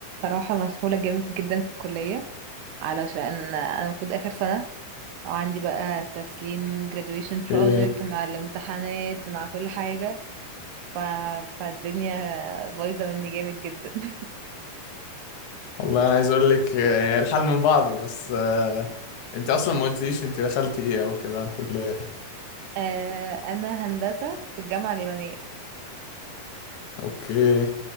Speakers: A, on the right (about 80°); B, on the left (about 70°).
A: صراحة مسحولة جامد جدا في الكلية علشان أنا المفروض آخر سنة وعندي بقى تسليم graduation project
B: ايه
A: مع الامتحانات مع كل حاجة ف... فالدنيا بايظة مني جامد جدا <laughs>
B: والله انا عايز اقول لك آه، الحال من بعضه بس آه، انت اصلا ما قلتليش انت دخلتي ايه او كده كلية
A: آه، أنا هندسة في الجامعة اليابانية
B: اوكي